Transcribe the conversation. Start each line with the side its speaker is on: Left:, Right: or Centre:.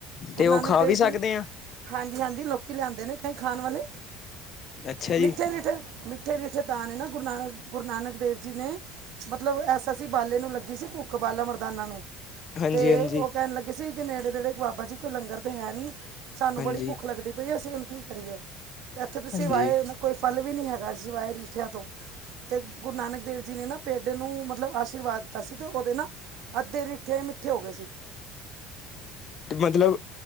Right: ਗੁਰੂ
Left: ਤੇ ਉਹ
Right: ਨਾਨਕ
Left: ਖਾ
Right: ਦੇਵ
Left: ਵੀ
Right: ਜੀ,
Left: ਸਕਦੇ ਆ
Right: ਹਾਂਜੀ-ਹਾਂਜੀ ਲੋਕੀ ਲਿਆਂਦੇ ਨੇ ਕਈ ਖਾਣ ਵਾਲੇ।
Left: ਅੱਛਾ ਜੀ।
Right: ਮਿੱਠੇ ਮਿੱਠੇ ਰੀਠੇ ਤਾਂ ਨੇ ਨਾ ਗੁਰੂ ਨਾਨਕ, ਗੁਰੂ ਨਾਨਕ ਦੇਵ ਜੀ ਨੇ ਮਤਲਬ ਐਸ ਐਸ ਸੀ ਬਾਲੇ ਨੂੰ ਲੱਗੀ ਸੀ ਭੁੱਖ ਬਾਲਾ ਮਰਦਾਨਾ ਨੂੰ
Left: ਹਾਂਜੀ
Right: 'ਤੇ
Left: ਹਾਂਜੀ
Right: ਓ ਕਹਿਣ ਲੱਗੇ ਸੀ ਕਿ ਨੇੜੇ ਦੇੜੇ ਬਾਬਾ ਜੀ ਕੋਈ ਲੰਗਰ 'ਤੇ ਹੈ ਨੀ ਸਾਨੂੰ
Left: ਹਾਂਜੀ
Right: ਬੜੀ ਭੁੱਖ ਲੱਗਦੀ ਪਈ ਅਸੀਂ ਹੁਣ ਕੀ ਕਰੀਏ? 'ਤੇ ਐਥੇ ਤੁਸੀਂ
Left: ਹਾਂਜੀ
Right: ਵਾਏ ਨਾ ਕੋਈ ਫਲ ਵੀ ਨੀ ਹੈਗਾ ਸਿਵਾਏ ਰੀਠਿਆਂ ਤੋਂ 'ਤੇ ਗੁਰੂ ਨਾਨਕ ਦੇਵ ਜੀ ਨੇ ਨਾ ਪੈਂਡੇ ਨੂੰ ਮਤਲਬ ਆਸ਼ੀਰਵਾਦ ਦਿੱਤਾ ਸੀ 'ਤੇ ਉਦੇ ਨਾ ਅੱਧੇ ਰੀਠੇ ਮਿੱਠੇ ਹੋਗੇ ਸੀ।
Left: ਮਤਲਬ